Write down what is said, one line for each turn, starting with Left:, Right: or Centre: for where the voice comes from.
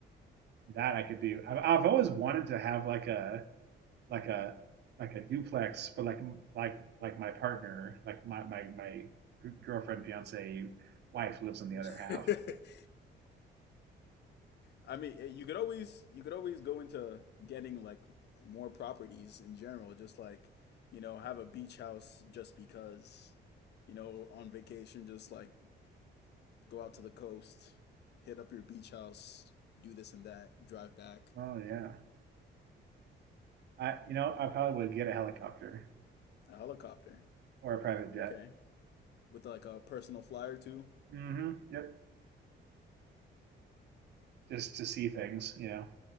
Right: That I could do. I've, I've always wanted to have like a like a like a duplex, but like like like my partner, like my my my girlfriend, fiance, wife lives on the
Left: <laughs>
Right: other half.
Left: I mean, eh, you could always you could always go into getting like more properties in general, just like, you know, have a beach house just because, you know, on vacation, just like go out to the coast, hit up your beach house, do this and that, drive back.
Right: Oh yeah, I you know I probably would get a helicopter
Left: A helicopter.
Right: or a private jet.
Left: Okay. With like a personal flyer too,
Right: hmm Yep, just to see things, you know.